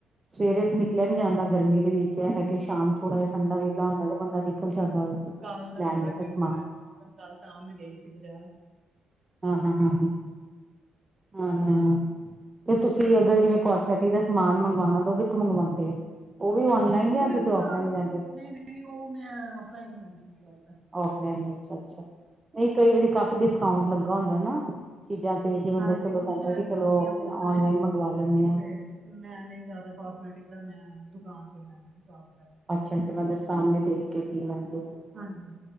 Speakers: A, on the right; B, on the right.
A: ਸਵੇਰੇ ਤੇ ਨਿਕਲ਼ਿਆ ਨੀਂ ਜਾਂਦਾ ਗਰਮੀਂ ਦੇ ਵਿੱਚ ਜੀਹਦਾ ਕਰਕੇ ਸ਼ਾਮ ਨੂੰ
B: ਬਹੁਤ
A: ਥੋੜਾਂ
B: ਧੁੱਪ
A: ਜਿਹਾਂ ਠੰਡਾ
B: ਹੁੰਦੀ
A: ਵਿਹਲਾ ਹੁੰਦਾਂ ਤੇ ਬੰਦਾਂ ਨਿਕਲ਼ ਜਾਂਦਾ ਏਂ,
B: ਕੱਲ ਦਾ
A: ਲੈਣ
B: ਥੋੜਾ
A: ਵਾਸਤੇ
B: ਠੀਕ
A: ਸਮਾਂਨ।
B: ਹੋਇਆ ਮੌਸਮ ਕੱਲ ਤਾਂ ਮੈਂ ਗਈਂ ਸੀ ਬਜ਼ਾਰ।
A: ਹੂੰ -ਹੂੰ- ਹੂੰ, ਹੂੰ-ਹੂੰ ਤੇ ਤੁਸੀਂ
B: ਮੈਂ
A: ਅਗਰ
B: ਤਾਂ ਗਰਮੀ
A: ਜਿਵੇਂ
B: ਬਹੁਤ
A: ਕੋਸਮੈਟ -ਟਿਕ ਦਾ ਸਮਾਂਨ ਮੰਗਵਾਉਣਾ ਹੁੰਦਾਂ, ਉਹ ਕਿੱਥੋਂ ਮੰਗਵਾਉਂਦੇ ਓ, ਉਹ ਵੀ ਔਨਲਾਈਨ
B: ਉਹੀ
A: ਜਾਂ
B: ਫੇਰ
A: ਤੁਸੀਂ
B: ਬਾਜ਼ਾਰੋਂ
A: ਔਫਲਾਈਨ ਹੀ ਕਰਦੇ ਓ।
B: ਨਹੀਂ ਨਹੀਂ ਉਹ ਮੈਂ ਔਫਲਾਇਨ ਕਰਦੀਂ ਆ।
A: ਔਫਲਾਈਨ ਅੱਛਾ- ਅੱਛਾ ਨਹੀਂ ਕਈ ਵਾਰੀਂ ਕਾਫ਼ੀ ਡਿਸਕਾਉਂਟ ਲੱਗਾਂ ਹੁੰਦਾ ਨਾ। ਚੀਜ਼ਾਂ ਤੇ ਕੀ ਬੰਦਾਂ
B: ਹਾਂਜੀ
A: ਚਲੋਂ
B: ਉਂਝ
A: ਕਹਿੰਦਾਂ
B: ਤਾਂ ਵੈਸੇ
A: ਕਿ ਚਲੋ
B: ਕੰਪਨੀਆਂ ਬਹੁਤ
A: ਆਨਲਾਈਨ
B: ਨੇ
A: ਮੰਗਵਾ ਲੈਨੇਂ ਆ।
B: ਤੇ ਮੈਂ ਨਹੀਂ ਜ਼ਿਆਦਾ ਕਾਸਮੈਟਿਕ ਦਾ ਮੈਂ ਦੁਕਾਨ ਤੇ ਲੈਂਦੀ ਹਾਂ ਸ਼ਾਬ ਵਗ਼ੈਰਾ।
A: ਅੱਛਾ ਚਲਾ ਦਾ ਸਾਹਮਣੇ ਦੇਖ ਕੇ ਕੀ ਚੀਜ਼ ਲੈਂਣੀ ਚਾਹੀਂਦੀ।
B: ਹਾਂਜੀ।